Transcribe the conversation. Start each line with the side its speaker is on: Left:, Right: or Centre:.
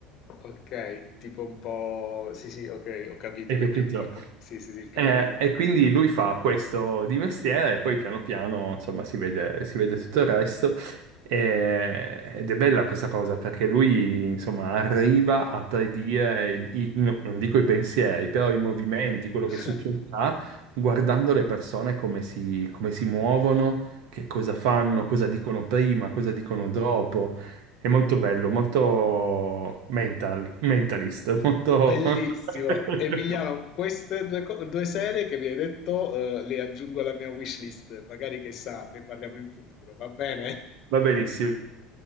Left: Ok, tipo un po'... Sì, sì, ok, ho capito,
Right: Hai
Left: legge
Right: capito?
Left: un po'... il camp- Sì, sì, sì, il campo
Right: Eh,
Left: esoterico.
Right: e quindi lui fa questo di mestiere e poi piano piano, insomma, si vede, si vede tutto il resto. E- ed è bella questa cosa perché lui, insomma, arriva a predire, il- i- no, non dico i pensieri, però i movimenti, quello
Left: <laughs>
Right: che succederà, guardando le persone come si, come si muovono, che cosa fanno, cosa dicono prima, cosa dicono dopo. È molto bello, molto mental, mentalist, molto...
Left: Bellissimo.
Right: <laughs>
Left: Emiliano, queste due, co- due serie che mi hai detto, eh, le aggiungo alla mia wishlist, magari che sa, ne parliamo in futuro, va bene?
Right: Va benissimo.